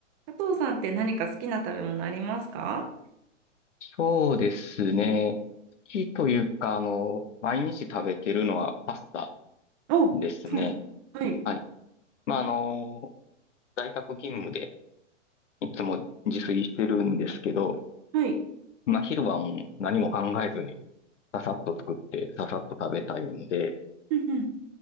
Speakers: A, on the right (about 25°); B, on the left (about 70°).
A: 佐藤さんって何か好きな食べ物ありますか
B: そうですね。好きというか、あの、毎日食べてるのはパスタ
A: お、
B: ですね。
A: そうなんはい、
B: はい。まあ、あの、在宅勤務でいつも自炊してるんですけど、
A: はい。
B: まあ、昼はもう何も考えずに、ささっと作って、ささっと食べたいので、
A: うん、